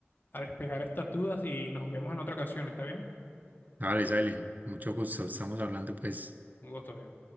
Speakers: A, on the left; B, on the right.
A: a despejar estas dudas y nos vemos en otra ocasión, ¿está bien?
B: Vale, salen. Mucho gusto. Estamos hablando pues.
A: Un gusto, amigo.